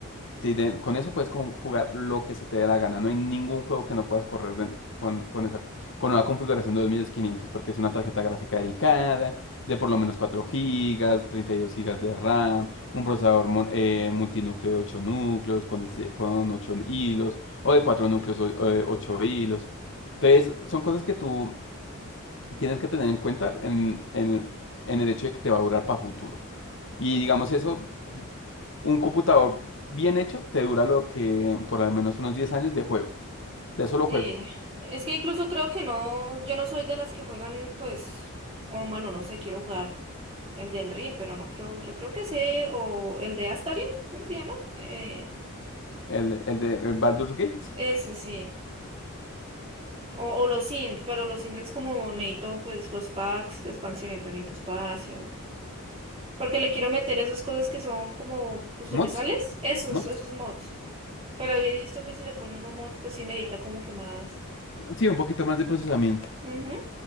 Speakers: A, on the left; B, on the right.
A: Sí, de- con eso puedes con- jugar lo que se te dé la gana. No hay ningún juego que no puedas correr de- con, con esa con una configuración de 2500 porque es una tarjeta gráfica dedicada de por lo menos cuatro gigas 32 gigas de RAM, un procesador mon- eh, multinúcleo de 8 núcleos con, 16 con 8 hilos o de 4 núcleos, o eh, 8 hilos. Entonces, son cosas que tú tienes que tener en cuenta en, en en el hecho de que te va a durar para futuro. Y digamos eso. Un computador bien hecho te dura lo que por al menos unos 10 años de juegos, de solo
B: Sí,
A: juegos.
B: es que incluso creo que no, yo no soy de las que juegan, pues, o bueno, no sé, quiero jugar el de Enrim, pero no creo, yo creo que sé, o el de Astarion, ¿cómo se llama? Eh,
A: El, el de el Baldur's Gate,
B: ese sí. O, o los Sims, pero los Sims es como necesito, pues, los packs de expansión, entonces necesito espacio. Porque le quiero meter esas cosas que son como customizables,
A: mods,
B: esos,
A: mods.
B: esos mods. Pero he visto que si le pone uno mods, pues sí necesita como que más.
A: Sí, un poquito más de procesamiento.
B: Ujú.